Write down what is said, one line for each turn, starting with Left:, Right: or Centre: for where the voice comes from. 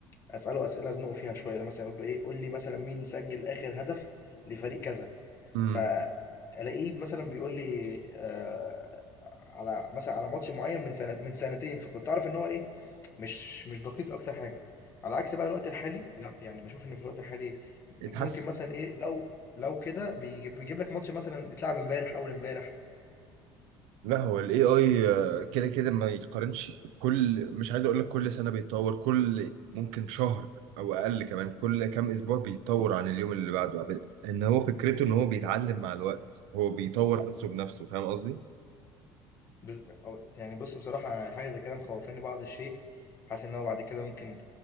Left: اساله اسئله ازنقه فيها شويه لو مثلا اقول له ايه قول لي مثلا مين سجل اخر هدف لفريق كذا
Right: امم
Left: فالاقيه مثلا بيقول لي آه على مثلا على ماتش معين من سنه من سنتين فكنت اعرف ان هو ايه مش مش دقيق اكتر حاجه على عكس بقى الوقت الحالي لا يعني بشوف ان في الوقت الحالي
Right: اتحسن
Left: ممكن مثلا ايه لو لو كده بيجيب بيجيب لك ماتش مثلا اتلعب امبارح اول امبارح
Right: لا هو الاي اي كده كده ما يتقارنش كل مش عايز اقول لك كل سنه بيتطور كل ممكن شهر او اقل كمان كل كام اسبوع بيتطور عن اليوم اللي بعده أب- ان هو فكرته ان هو بيتعلم مع الوقت هو بيطور نفسه بنفسه فاهم قصدي
Left: بز- أو- يعني بص بصراحة أنا حاجة زي كده مخوفاني بعض الشيء حاسس ان هو بعد كده ممكن